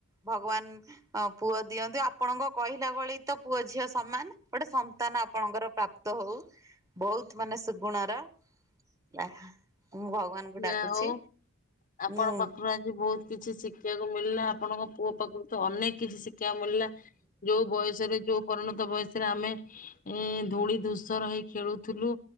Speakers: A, on the right; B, on the left.
A: ଭଗବାନ ହ ପୁଅ ଦିଅନ୍ତୁ ଆପଣଙ୍କ କହିଲା ଭଳି ତ ପୁଅ ଝିଅ ସମାନ ଗୋଟେ ସନ୍ତାନ ଆପଣଙ୍କର ପ୍ରା ତ ହଉ ବହୁତ ମାନେ ସେ ଗୁଣର ଲା ମୁଁ ଭଗବାନଙ୍କୁ ଡାକୁଛି।
B: ଯାହା ହଉ ଆପଣ
A: ମୁଁ
B: ପାଖରୁ ଆଜି ବହୁତ କିଛି ଶିଖିବାକୁ ମିଳିଲା ଆପଣଙ୍କ ପୁଅ ପାଖରୁ ତ ଅନେକ କିଛି ଶିଖଷିବାକୁ ମିଳିଲା ଯୋଉ ବୟସରେ ଯୋଉ ପରିଣତ ବୟସରେ ଆମେ ଏ ଧୂଳି ଧୂସ ରହିଇ ଖେଳୁଥିଲୁ